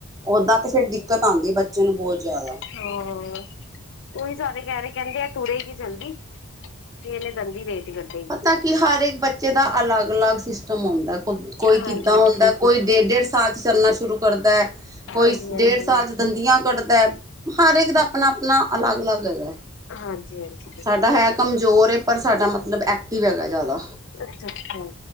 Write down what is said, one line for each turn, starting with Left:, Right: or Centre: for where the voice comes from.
Right: ਓਦਾਂ ਤੇ ਫੇਰ ਦਿੱਕਤ ਆਉਂਦੀ ਬੱਚੇ ਨੂੰ ਬਹੁਤ ਜਾਦਾ।
Left: ਹ ਉਹੀ ਸਾਰੇ ਕਹਿ ਰਹੇ, ਕਹਿੰਦੇ ਆ ਤੁਰੇ ਗੀ ਜਲਦੀ। ਤੇਨ ਦੰਦੀ <unintelligible>
Right: ਪਤਾ ਕੀ ਹਰ ਇੱਕ ਬੱਚੇ ਦਾ ਅਲਗ-ਅਲਗ ਸਿਸਟਮ ਹੁੰਦਾ ਕੋਈ
Left: ਹਾਂਜੀ
Right: ਕਿੱਦਾਂ ਹੁੰਦਾ ਕੋਈ ਡੇਢ ਡੇਢ ਸਾਲ ਚੱਲਣਾ ਸ਼ੁਰੂ ਕਰਦਾ ਕੋਈ
Left: ਹਾਂਜੀ ਹਾਂਜੀ
Right: ਡੇਢ ਸਾਲ ਚ ਦੰਦੀਆਂ ਕੱਢਦਾ ਹਰ ਇੱਕ ਦਾ ਆਪਣਾ-ਆਪਣਾ ਅਲਗ-ਅਲਗ ਹੈਗਾ।
Left: ਹਾਂਜੀ ਹਾਂਜੀ
Right: ਸਾਡਾ ਹੈ ਕਮਜ਼ੋਰ ਪਰ ਸਾਡਾ ਮਤਲਬ ਐਕਟਿਵ ਹੈਗਾ ਜਾਦਾ।
Left: ਅੱਛਾ ਅੱਛਾ